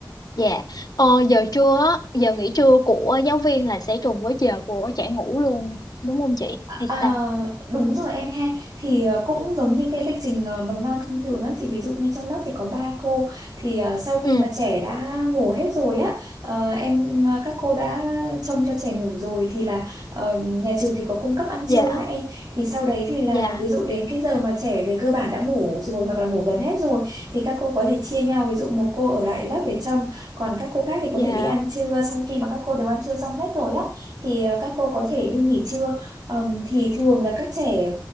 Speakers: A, on the left; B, on the right.
A: Dạ, Ờ, giờ trưa á, giờ nghỉ trưa của giáo viên là sẽ trùng với giờ của trẻ ngủ luôn, đúng không chị? Hay
B: À,
A: sao?
B: đúng rồi em ha thì ờ, cũng giống như cái lịch trình ờ, mầm non thông thường á thì ví dụ như trong lớp thì có ba cô thì ờ, sau khi
A: Ừ,
B: mà trẻ đã ngủ hết rồi á ờ, em ờ, các cô đã trông cho trẻ ngủ rồi thì là ờ, nhà trường thì có cung cấp ăn
A: dạ,
B: trưa á em thì sau đấy thì là
A: dạ,
B: ví dụ đến cái giờ mà trẻ về cơ bản đã ngủ rồi hoặc là ngủ gần hết rồi thì các cô có thể chia nhau ví dụ một cô ở lại lớp để trông còn các cô khác thì có
A: dạ,
B: thể đi ăn trưa sau khi mà các cô đều ăn trưa xong hết rồi á thì ờ, các cô có thể đi nghỉ trưa Ờm, thì thường là các trẻ